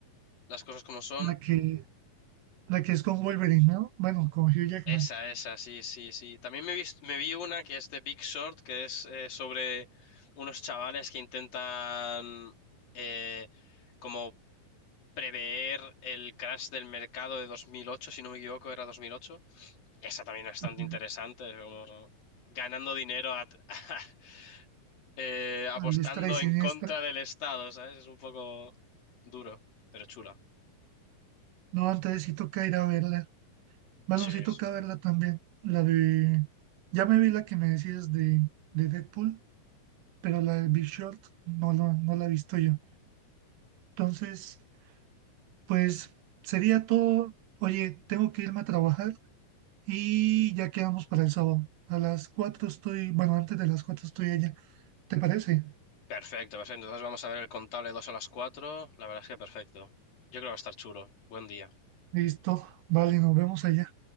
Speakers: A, on the left; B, on the right.
A: las cosas como son.
B: La que, la que es con Wolverine, ¿no? Bueno, con Hugh Jackman.
A: Esa, esa, sí, sí, sí. También me vi, me vi una que es de Big Short, que es eh, sobre unos chavales que intentan eh, como prever el crash del mercado de 2008, si no me equivoco, era 2008. Esa también es bastante
B: Ajá.
A: interesante, es como ganando dinero a- <laughs> eh, apostando
B: A diestra y siniestra.
A: en contra del Estado, ¿sabes? Es un poco duro, pero chula.
B: No, entonces sí toca ir a verla. Baloncito
A: Sí, sí.
B: toca verla también. La de. Ya me vi la que me decías de, de Deadpool, pero la de Big Short no, la- no la he visto yo. Entonces, pues sería todo. Oye, tengo que irme a trabajar y ya quedamos para el sábado. A las 4 estoy. Bueno, antes de las 4 estoy allá. ¿Te parece?
A: Perfecto, perfecto. Entonces vamos a ver el contable 2 a las 4. La verdad es que perfecto. Yo creo que va a estar chulo. Buen día.
B: Listo. Vale, nos vemos allá.